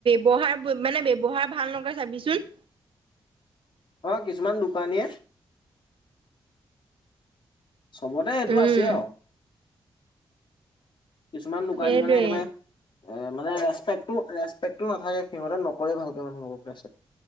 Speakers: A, on the right (about 70°); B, on the left (about 60°).
A: ব্যৱহাৰ প মানে ব্যৱহাৰ ভাল নকৰে চাবিচোন?
B: অ কিছুমান দোকানীয়ে চবতে সেইটো
A: উম,
B: আছে আৰু। কিছুমান দোকানী
A: সেইটোৱে
B: মানে একেবাৰে এ মানে ৰেচপেক্টটো ৰেচপেক্টটো নাথাকে, সিহঁতে নকৰে ভালকে মানুহবোৰক ৰেচপেক।